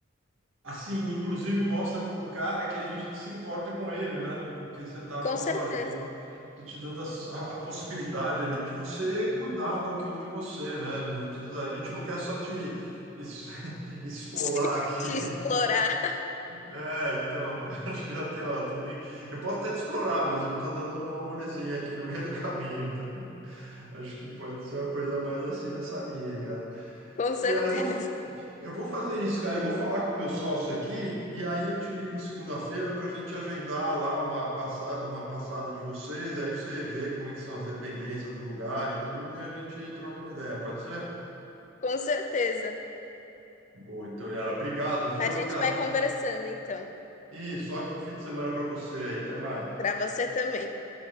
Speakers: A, on the right; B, on the left.
A: Assim, inclusive mostra para o cara que a gente se importa com ele, né? Porque você tá
B: com
A: falando,
B: certeza,
A: olha, eu tô, tô te dando a, a possibilidade ali de você cuidar um pouquinho de você, né? Não precisa, a gente não quer só te es- <laughs> esfolar
B: <laughs>
A: aqui.
B: te explorar,
A: É, então, <laughs> acho que já tem, ó, também. Eu posso até te explorar, mas eu tô dando uma molezinha aqui no meio do caminho, tá? <laughs> Acho que pode ser uma coisa mais assim nessa linha, cara.
B: com certeza,
A: Pô, Yara, eu vou, eu vou fazer isso, cara. Eu vou falar com o meu sócio aqui e aí eu te ligo segunda-feira para a gente agendar lá uma, passa- uma passada de vocês. Aí você vê como é que são as dependências do lugar e tudo e a gente troca uma ideia, pode ser?
B: com certeza.
A: Boa, então, Yara, obrigado, viu?
B: A gente
A: Cara,
B: vai
A: bom.
B: conversando, então,
A: Isso, ótimo fim de semana para você aí. Até mais.
B: para você também.